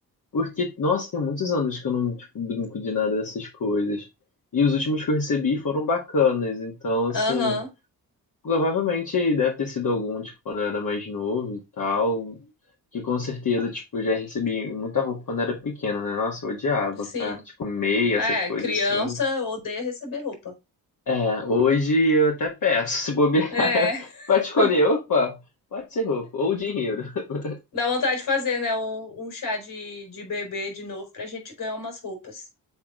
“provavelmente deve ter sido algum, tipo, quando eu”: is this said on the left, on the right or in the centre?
Left